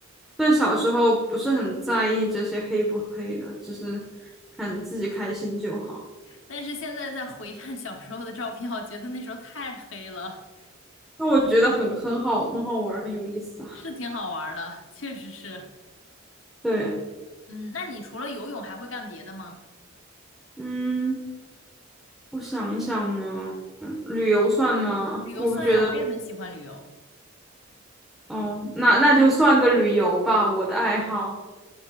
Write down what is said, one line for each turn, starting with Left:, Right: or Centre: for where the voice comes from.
Centre: 但小时候不是很在意这些黑不黑的，只是看自己开心就好。
Left: 但是现在再回看小时候的照片，我觉得那时候太黑了，
Centre: 那我觉得很很好，很好玩儿，很有意思啊。
Left: 是挺好玩儿的，确实是。
Centre: 对。
Left: 嗯，那你除了游泳还会干别的吗？
Centre: 嗯，我想一想呢，嗯旅游算吗？
Left: 旅游算呀，
Centre: 我不觉得，
Left: 我也很喜欢旅游。
Centre: 哦，那那就算个旅游吧，我的爱好。